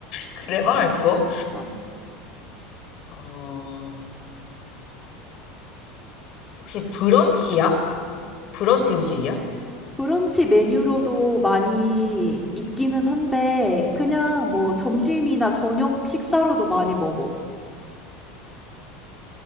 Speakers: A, on the left; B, in the centre.
A: 그래, 빵을 구워?
B: 어.
A: 어, 혹시 브런치야? 브런치 음식이야?
B: 브런치 메뉴로도 많이 있기는 한데 그냥 뭐 점심이나 저녁 식사로도 많이 먹어.